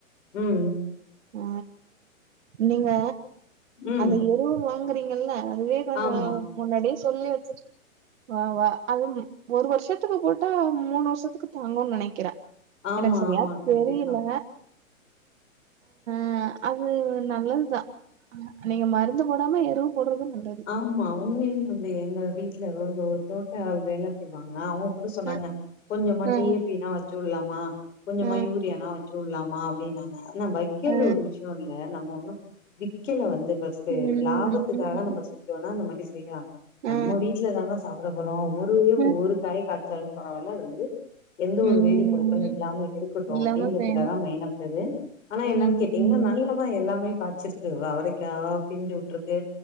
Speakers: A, on the left; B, on the right.
A: ம் ம்
B: அ நீங்க
A: ம்
B: அந்த
A: ம்
B: எருவ வாங்குறீங்கல்ல இதுவே கொஞ்சோ
A: ஆமா
B: முன்னாடியே சொல்லி வச்சிட்டு வா வா அது ஒரு வருஷத்துக்கு போட்டா மூணு வருஷத்துக்கு தாங்குன் நெனைக்கிற
A: ஆமா
B: எனக்கு சரியா
A: ஆமா கண்டிப்பா
B: தெரியல
A: <inaudible>
B: அ அது நல்லதுதா நீங்க மருந்து போடாம எருவு போடுறது நல்லது
A: ஆமா உண்மேலே வந்து எங்க வீட்ல ஒரு தோட்ட ஆள் வேல செய்வாங்க அவங்க கூட சொன்னாங்க
B: அ
A: கொஞ்சமா
B: அ
A: டீய பீனா வச்சுட்லாமா கொஞ்சமா
B: அ
A: யூரியானா வச்சுவுட்லாமா அப்டின்னாங்க ஆனா வைக்கிறது
B: அ
A: ஒரு விஷ்யோ இல்ல நம்ம ஒண்ணு விக்கல வந்து ஃபஸ்ட்டு
B: ம்
A: லாபத்துக்காக
B: ம்
A: நம்ம செஞ்சோனா இந்த மாரி செய்யலா நம்ம
B: அ
A: வீட்ல தான சாப்ட போறோ ஒவ்வொருதலயு
B: ம்
A: ஒவ்வொரு காய் காச் ச்சாலு பரவால அது வந்து எந்த ஒரு
B: ம்
A: வேதி பொருள்களு இல்லாம இருக்கட்டு
B: இல்லாம
A: அப்டிங்கறதுகாக
B: செய்யணு
A: தா மெய்னா வச்சது ஆனா என்னன்
B: ம்
A: கேட்டீங்ன்னா
B: ம்
A: நல்லாதா எல்லாமே காச்சிருக்கு அவரைக்கா பிஞ்சு உட்ருக்கு